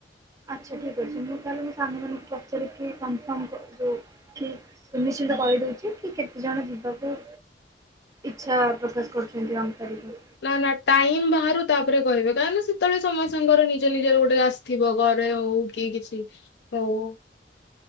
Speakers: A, on the right; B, on the left.
A: ଆଚ୍ଛା ଠିକ୍ ଅଛି ମୁଁ ତାହେଲେ ମୋ ସାଙ୍ଗମାନଙ୍କୁ ପଚାରିକି କନଫର୍ମ କୋ ଯୋଉ କି ସୁନିଶ୍ଚିିତ କରିଦୋଉଚି କି କେତେ ଜଣ ଯିବାକୁ ଇଚ୍ଛା ପ୍ରକାଶ କରୁଚନ୍ତି ରମ୍ପାରୀକୁ।
B: ନା ନା ଟାଇମ ବାହାରୁ ତାପରେ କହିବେ କାହିଁକି ନା ସେତବେଳେ ସମସ୍ତଙ୍କର ନିଜ ନିଜର ଗୋଟେ ଆ ଶା ଥିବ ଘରେ ହୋଉ କି କିଛି ହୋଉ।